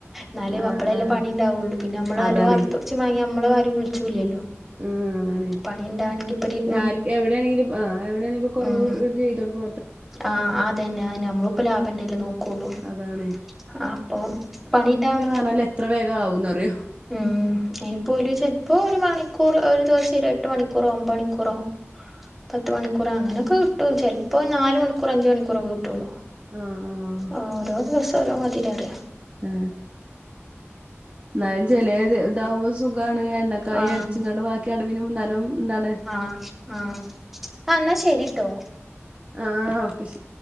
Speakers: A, in the centre; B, on the right.
A: ന്നാലും
B: ആഹ്
A: അപ്പളല്ലേ
B: ആഹ്
A: പണി ഉണ്ടാവൊള്ളൂ പിന്നെ അമ്മള്
B: അതാണ്
A: അലുവ വറുത്തു കുറച്ച് മാങ്ങ്യാ അമ്മളെയാരും വിളിച്ചൂല്ല്യല്ലോ
B: ഉം അതാണ്
A: പണിണ്ടാണെങ്കിപരി
B: ആര് എവിടെയാണെങ്കിലും ഇപ്പ ആഹ് എവിടെയാണെങ്കി പ്പ കുറവൊള
A: ഉം
B: ചെയ്തൊടുക്കു
A: ആഹ് അതന്നെ അയന്നെ നമ്മളും ഇപ്പ ലാഭന്നല്ലേ നോക്കൊള്ളു
B: അതാണ്
A: ഹാ അപ്പൊ പണി ഇണ്ടാവണെ
B: ആണല്ലേ എത്ര വേഗആവൂന്നറിയോ
A: ഉം അയിനിപ്പോ ഓല് ചെൽപ്പോ ഒരു മണിക്കൂറ് ഒരു ദിവസം ഒരുഎട്ട് മണിക്കൂറോ ഒമ്പേണിക്കൂറോ പത്തു മണിക്കൂറ് ആ അങ്ങൊനൊക്കെ കിട്ടും ചെൽപ്പം നാല് മണിക്കൂറൊ അഞ്ച് മണിക്കൂറൊ ഒക്കെ കി
B: ആഹ് ആഹ്
A: ആ ഓരോ ദിവസം ഓരോ മാതിരിഅറിയാ
B: ആ ന്നാലും ചെലേത് ഇതാവുമ്പോ സുഖ് ഖാണ് എണ്ണക്കായി
A: ആഹ്
B: അടിച്ചിങ്ങാണ്ട് ബാക്കി അടവിനും ന്നാലും എന്താണ്
A: ആ ആ ആ എന്നാ ശെരിട്ടോ
B: ആ ഓക്കെ ശെ